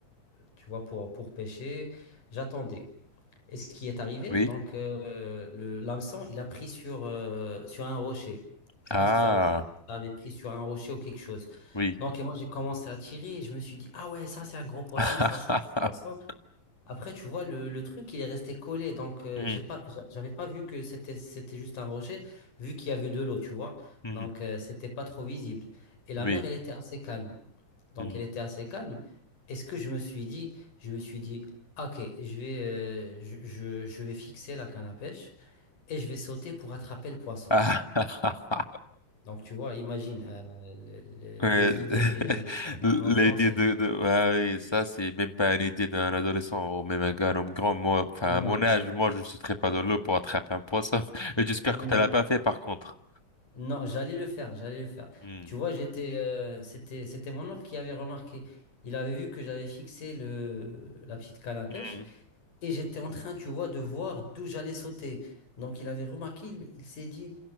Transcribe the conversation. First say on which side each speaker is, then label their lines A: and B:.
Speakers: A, on the left; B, on the left.
A: tu vois, pour, pour pêcher, j'attendais. Et ce qui est arrivé,
B: Oui.
A: donc euh, le l'hameçon, il a pris sur, euh, sur un rocher. Je
B: Ah,
A: pense que ça, ça avait pris sur un rocher ou quelque chose.
B: oui.
A: Donc et moi, j'ai commencé à tirer et je me suis dit, ah ouais, ça c'est un gros poisson,
B: <laughs>
A: ça c'est un gros poisson. Après, tu vois, le, le truc, il est resté collé. Donc euh,
B: Mhm.
A: j'ai pas, j'a- j'avais pas vu que c'était, c'était juste un rocher, vu qu'il y avait de l'eau, tu vois.
B: Mhm.
A: Donc euh, c'était pas trop visible. Et la
B: Oui.
A: mer, elle était assez calme donc
B: Mhm.
A: elle était assez calme. Est-ce que je me suis dit, je me suis dit, ok, je vais, euh, je, je- je vais fixer la canne à pêche et je vais sauter pour attraper le poisson.
B: Ah, <laughs>
A: Donc tu vois, imagine, euh, le- le-
B: ouais.
A: les idées
B: <laughs>
A: des- d'un d'un
B: L'idée
A: enfant, c'est
B: de,
A: ça.
B: de ah oui, ça, c'est même pas une idée d'un adolescent ou même un gars, un homme grand. Moi, enfin,
A: Non,
B: à mon âge,
A: non,
B: moi, je ne sauterais pas dans l'eau pour attraper un poisson. <laughs> Et J'espère
A: non,
B: que tu l'as pas fait, par contre.
A: non, j'allais le faire, j'allais le faire.
B: Mhm.
A: Tu vois, j'étais, euh, c'était, c'était mon oncle qui avait remarqué. Il avait vu que j'avais fixé le, la petite canne à pêche.
B: Mhm.
A: Et j'étais en train, tu vois, de voir d'où j'allais sauter. Donc il avait remarqué, il, il s'est dit,